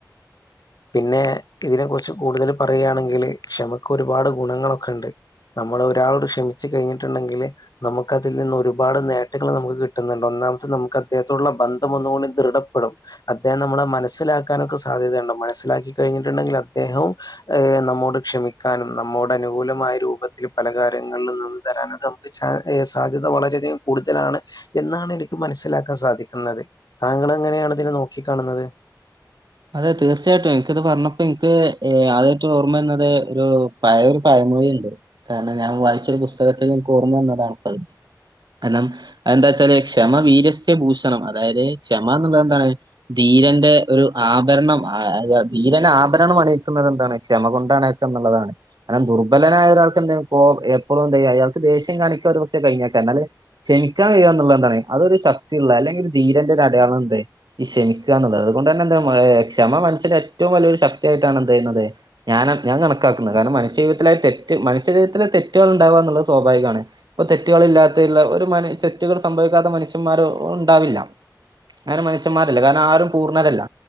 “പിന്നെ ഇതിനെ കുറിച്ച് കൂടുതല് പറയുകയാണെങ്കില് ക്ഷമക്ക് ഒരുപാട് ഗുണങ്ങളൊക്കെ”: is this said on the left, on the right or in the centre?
Left